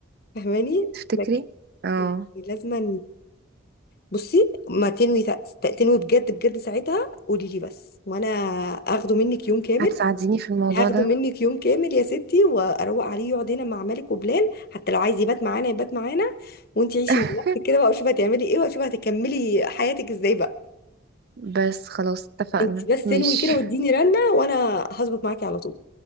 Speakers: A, on the left; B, on the right.
A: فاهماني
B: تفتكري؟
A: لك
B: اه
A: يعني لازما بصي ما تنوي ت- تنوي بجد بجد ساعتها قولي لي بس وانا اخده منك يوم كامل
B: هتساعديني في الموضوع
A: هاخده
B: ده
A: منك يوم كامل يا ستي واروق عليه يقعد هنا مع مالك وبلال حتى لو عايز يبات معانا يبات معانا وانتي عيشي
B: <laughs>
A: من نفسك كده بقى وشوفي هتعملي ايه وشوفي هتكملي حياتك ازاي بقى
B: بس خلاص اتفقنا
A: انت بس
B: ماشي
A: انوي كده واديني رنه وانا هظبط معاكي على طول